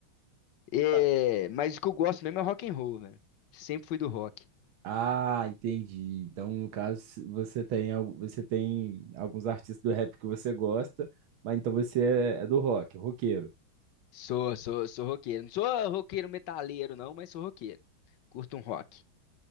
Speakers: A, on the left (about 65°); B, on the right (about 85°).
A: É,
B: Ca-
A: mas o que eu gosto mesmo é rock and roll, velho. Sempre fui do rock.
B: Ah, entendi. Então, no caso, você tem, al- você tem alguns artistas do rap que você gosta, mas então você é, é do rock, roqueiro.
A: Sou, sou, sou roqueiro. Não sou roqueiro metaleiro, não, mas sou roqueiro. Curto um rock.